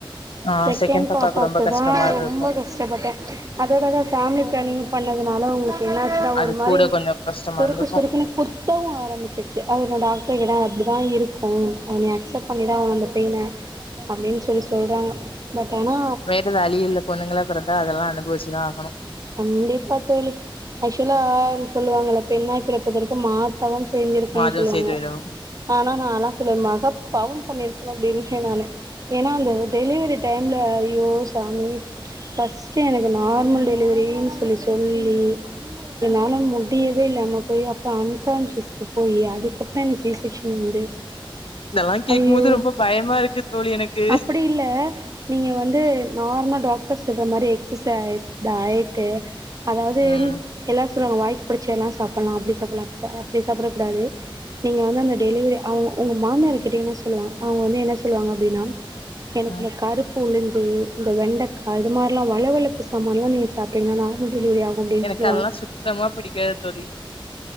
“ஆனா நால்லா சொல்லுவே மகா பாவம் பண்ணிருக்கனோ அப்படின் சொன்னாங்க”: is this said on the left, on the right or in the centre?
Right